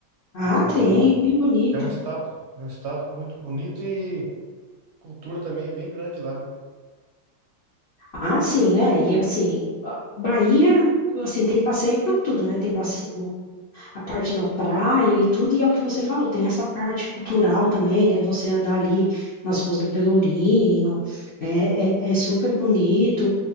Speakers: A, on the left; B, on the right.
A: ah,
B: um,
A: tem,
B: é um,
A: bem bonito.
B: é um estado, é um estado muito bonito e a cultura também é bem grande lá, né?
A: Ah, sim, é, e assim, Bahia, assim, tem passeio para tudo, né? Tem bas- a parte da praia e tudo, e é o que você falou, tem essa parte cultural também, né? Você andar ali nas ruas do Pelourinho, é, é, é super bonito.